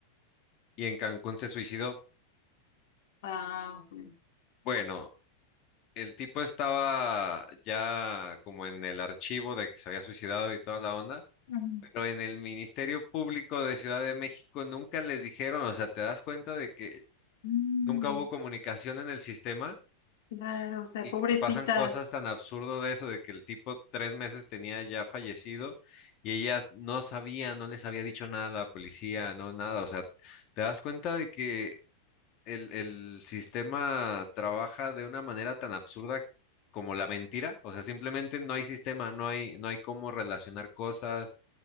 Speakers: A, on the left; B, on the left.
A: y en Cancún se suicidó.
B: Ah, ok.
A: Bueno, el tipo estaba ya como en el archivo de que se había suicidado y toda la onda,
B: ujú,
A: pero en el Ministerio Público de Ciudad de México nunca les dijeron, o sea, te das cuenta de que
B: Mm,
A: nunca hubo comunicación en el sistema
B: claro, o sea,
A: y
B: pobrecitas.
A: te pasan cosas tan absurdo de eso, de que el tipo tres meses tenía ya fallecido y ellas no sabían, no les había dicho nada a la policía, no nada, o sea, te das cuenta de que el, el sistema trabaja de una manera tan absurda como la mentira. O sea, simplemente no hay sistema, no hay, no hay cómo relacionar cosas.